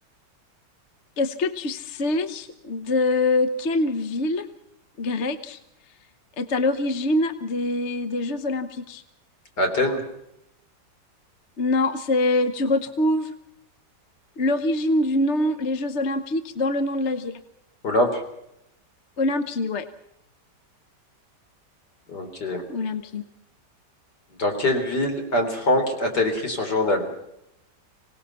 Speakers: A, on the left; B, on the left.
A: est-ce que tu sais de quelle ville grecque est à l'origine des, des Jeux Olympiques?
B: Athènes?
A: Non, c'est tu retrouves l'origine du nom, les Jeux Olympiques, dans le nom de la ville.
B: Olympe?
A: Olympie, ouais,
B: Ok.
A: Olympie.
B: Dans quelle ville Anne Frank a-t-elle écrit son journal?